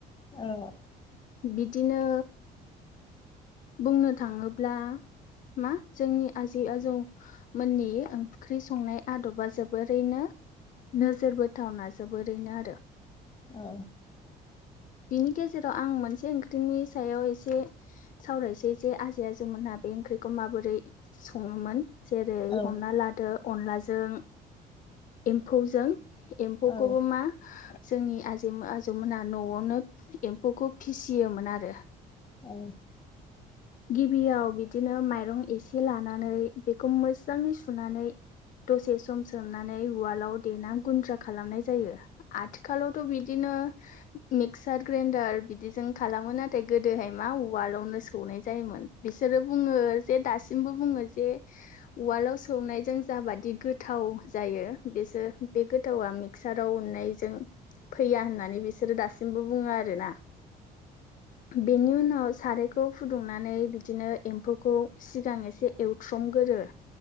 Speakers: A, on the left; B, on the left.
A: औ
B: बिदिनो बुंनो थाङोब्ला
A: <inaudible>
B: मा जोंनि आजै आजौमोननि ओंख्रि संनाय आदबा जोबोरैनो नोजोरबोथावना जोबोरैनो आरो
A: औ
B: बिनि गेजेराव आं मोनसे ओंख्रिनि सायाव एसे सावरायनोसै जे आजै आजौमोनहा बे ओंख्रिखौ माबोरै सङोमोन जेरै
A: औ
B: हमना लादो अनला जों एम्फौजों एम्फौखौबो
A: औ
B: मा जोंनि आजै आजौमोनहा न'आवनो एम्फौखौ फिसियोमोन आरो
A: औ
B: गिबियाव बिदिनो माइरं एसे लानानै बेखौ मोजाङै सुनानै दसे सम सोमनानै उवालाव देना गुन्द्रा खालामनाय जायो आथिखालावथ' बिदिनो मिगसार ग्रेनदार बिदिजों खालामो नाथाय गोदोहाय मा उवालावनो सौनाय जायोमोन बिसोरो बुङो जे दासिमबो बुङो जे उवालआव सौनायजों जाबादि गोथाव जायो बेसो गो थावा मिक्साराव उननायजों फैया होननानै बिसोरो दासिमबो बुङो आरोना बेनि उनाव सारायखौ फुदुंनानै बिदिनो एम्फौखौ सिगां एसे एवथ्रमगोरो